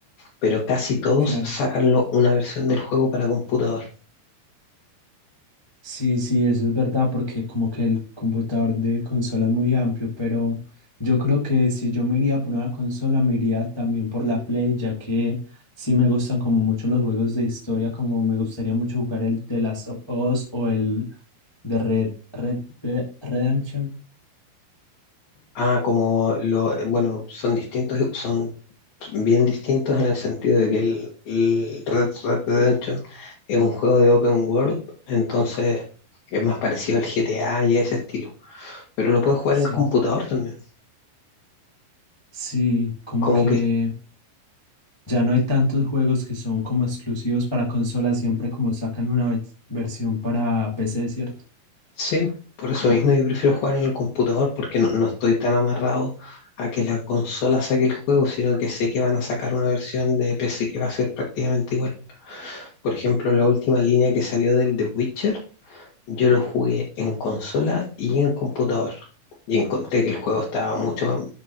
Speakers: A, on the left; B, on the left.
A: pero casi todos
B: claro.
A: sacan lo- una versión del juego para computador.
B: Sí, sí, eso es verdad, porque como que el computador de consola es muy amplio, pero yo creo que si yo me iría por una consola, me iría también por la Play, ya que sí me gustan como mucho los juegos de historia, como me gustaría mucho jugar el The Last of Us o el de Red, Red Dead Redemption.
A: Ah, como lo, eh, bueno, son distintos, son bien distintos en el sentido de que el, el Red Red Redemption es un juego de open world, entonces es más parecido al GTA y a ese estilo. Pero lo puedes jugar
B: Sí,
A: en el computador también.
B: sí, como
A: Como
B: que
A: que
B: Ya no hay tantos juegos que son como exclusivos para consolas, siempre como sacan una vers- versión para PC, ¿cierto?
A: sí, por eso mismo yo prefiero jugar en el computador porque no, no estoy tan amarrado a que la consola saque el juego, sino que sé que van a sacar una versión de PC que va a ser prácticamente igual. Por ejemplo, la última línea que salió del The Witcher Yo lo jugué en consola y en computador. Y encontré que el juego estaba mucho, más-